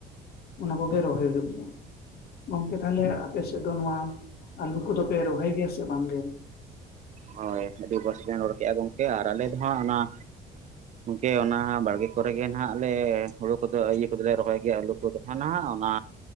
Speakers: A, on the left; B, on the right.
A: ᱚᱱᱟ ᱠᱚᱜᱮ ᱨᱚᱦᱚᱭ ᱦᱩᱭᱩᱜ ᱜᱮᱭᱟ᱾ ᱜᱚᱝᱠᱮ ᱛᱟᱦᱚᱞᱮ ᱟᱯᱮᱥᱮᱫ ᱫᱚ ᱱᱚᱣᱟ ᱟᱞᱩ ᱠᱚᱫᱚᱯᱮ ᱨᱚᱦᱚᱭ ᱜᱮᱭᱟ ᱥᱮ ᱵᱟᱝ ᱜᱮ
B: ᱦᱳᱭ ᱟᱹᱰᱤ ᱵᱮᱥ ᱵᱮᱱ ᱨᱚᱲ ᱠᱮᱫᱼᱟ ᱜᱚᱝᱠᱮ ᱟᱨ ᱟᱞᱮ ᱫᱚᱦᱟᱸᱜ ᱚᱱᱟ ᱜᱚᱢᱠᱮ ᱚᱱᱟ ᱵᱟᱲᱜᱮ ᱠᱚᱨᱮ ᱱᱟᱦᱱᱟᱜ ᱟᱞᱮ ᱦᱩᱲᱩ ᱠᱚᱫᱚ ᱤᱭᱟᱹ ᱠᱚᱫᱚ ᱞᱮ ᱨᱚᱦᱚᱭ ᱜᱮᱭᱟ ᱟᱹᱞᱩ ᱠᱚᱫᱚ ᱱᱟᱦᱟᱜ ᱚᱱᱟ